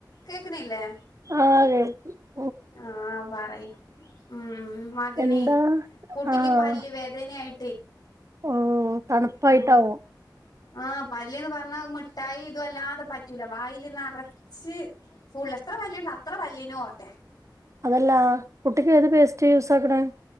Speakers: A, on the left; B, on the right.
A: കേക്കണില്ലേ
B: ആ കേട്ടു
A: ആ പറയ് മം മതിനി
B: എന്താ
A: കുട്ടിക്ക്
B: ആഹ്
A: പല്ല് വേദനയായി
B: ഉം തണുപ്പായിട്ടാവും
A: മം ആ പല്ലിന്ന് പറ മിട്ടായി ഇതുവല്ലാതെ പറ്റുല്ലാ വായില് നിറച്ച് ഫുൾ എത്ര പല്ലുണ്ടോ അത്ര പല്ല് ന് ഓട്ട
B: അല്ലാ കുട്ടിക്ക് ഏത് പേസ്റ്റ് യുസ് ആക്കണേ